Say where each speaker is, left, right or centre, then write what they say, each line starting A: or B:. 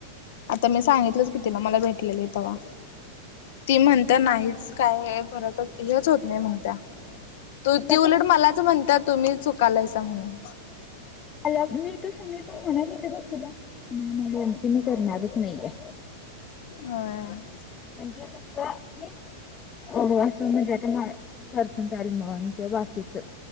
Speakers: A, on the left; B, on the left.
A: आता मी सांगितलंच की तीला. मला भेटलेली तवा. ते म्हणता नाहीच. काय फरकच हेच होत नाही म्हणता. तू
B: मला
A: ते उलट
B: पण
A: मलाच म्हणत्या तुम्ही चुकालायसां म्हणून.
B: आज मी ट्युशनमध्ये म्हणाली होते बघ तुला? म <unintelligible> करणारच नाहीेये.
A: हां.
B: म्हणजे कसं की? हो असं म्हणजे आता मला- पर्सनटाईल मुलांचं बाकीचं.